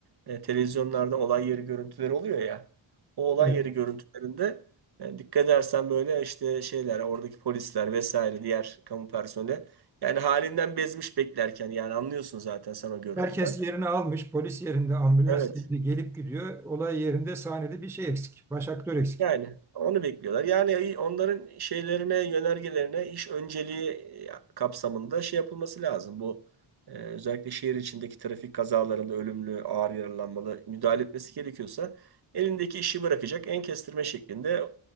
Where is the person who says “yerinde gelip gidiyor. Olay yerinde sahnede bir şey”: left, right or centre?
Centre